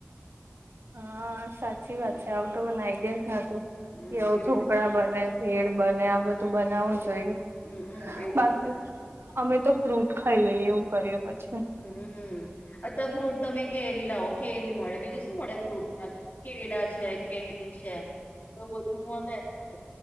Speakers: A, on the right; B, on the left.
A: હા સાચી વાત
B: એટલે
A: છે આવું તો મને આઈ ગયા જ ન હતું
B: હમ
A: કેવું
B: એવું
A: ઢોકળા
B: બધું
A: બને ભેડ બને આ બધું બનાવું જોઈએ
B: હમ એવું
A: બાકી
B: બધું બને
A: અમે તો ફ્રૂટ ખાઈ લઈએ એવું કર અચ્છા
B: હમ અત ફ્રૂટ તમે કેરી લાવો કેરી મળે બીજું શું મળે ફ્રૂટ કેડા છે કેરી છે એ બધું મળે ફ્રૂટ